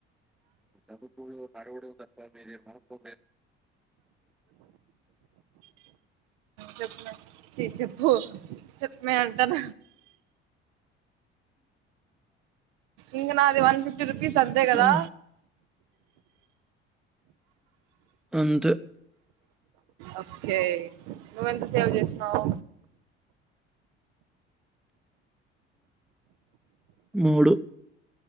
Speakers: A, in the centre; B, on the right.
A: సభపు కడవుడ తప్ప మర మాకు
B: చెప్పుమే చీ చెప్పు చెప్పుమే అంటాన ఇందుల అది వన్ ఫిఫ్టీ రుపీస్ అంతే కదా
A: ఆహ్, అంతే
B: ఓకే నువ్వెంత సేవ్ చేసినావ్
A: మూడు